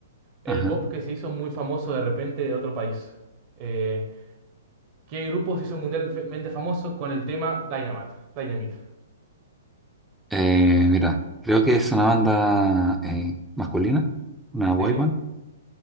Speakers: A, on the right (about 40°); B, in the centre.
A: El
B: Ajá.
A: pop que se hizo muy famoso de repente de otro país. Eh, ¿qué grupo se hizo mundialmente famoso con el tema Dynamite? Dynamite.
B: Eh, mira, creo que es una banda eh, masculina, una boy
A: Sí.
B: band.